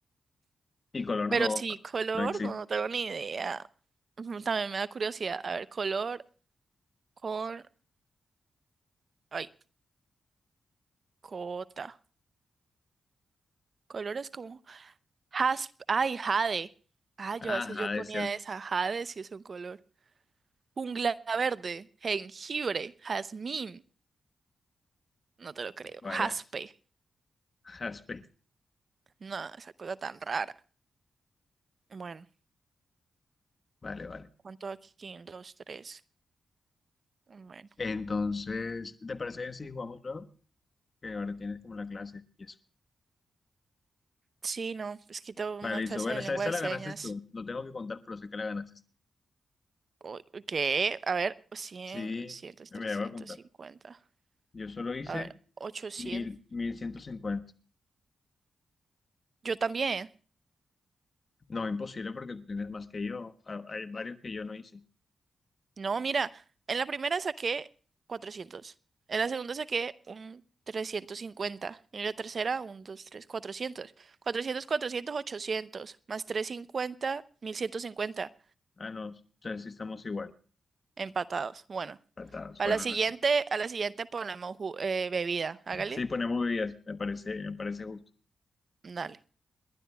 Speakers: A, on the left; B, on the right.
A: Y color
B: Pero
A: no,
B: sí, color,
A: no existe.
B: no, no tengo ni idea. Ujú, También me da curiosidad. A ver, color con. Ay, cota. Colores como. Jasp. Ay, jade. Ah,
A: Ajá,
B: yo a veces yo ponía
A: es cierto.
B: esa. Jade si es un color. Jungla verde. Jengibre. Jazmín. No te lo creo.
A: Vaya,
B: Jaspe.
A: <laughs> jaspe.
B: No, esa cosa tan rara. Bueno,
A: Vale, vale.
B: ¿cuánto aquí? Un, dos, tres. Bueno.
A: Entonces, ¿te parece bien si jugamos luego? Que ahora tienes como la clase y eso.
B: Sí, no. Es que tengo
A: Vale,
B: una
A: listo.
B: clase
A: Bueno,
B: de
A: esta,
B: lengua
A: esta
B: de
A: la
B: señas.
A: ganaste tú. No tengo que contar, pero sé que la ganaste tú.
B: O- ¿Qué? A ver, 100,
A: Sí,
B: trescientos
A: me la voy a contar.
B: cincuenta
A: Yo solo hice
B: A ver, ochocientos
A: mil, mil ciento cincuenta.
B: Yo también.
A: No, imposible porque tú tienes más que yo. Ah, Hay varios que yo no hice.
B: No, mira, en la primera saqué cuatrocientos En la segunda saqué un 350. Y en la tercera, un 2 3 400 400 400 ochocientos Más trescientos cincuenta mil ciento cincuenta
A: Ah, no. O sea, sí estamos igual.
B: Empatados. Bueno,
A: Atados.
B: a
A: Bueno,
B: la siguiente,
A: no sé.
B: a la siguiente ponemos ju- eh, bebida. Hágale.
A: Sí, ponemos bebidas. Me parece, me parece justo.
B: Dale,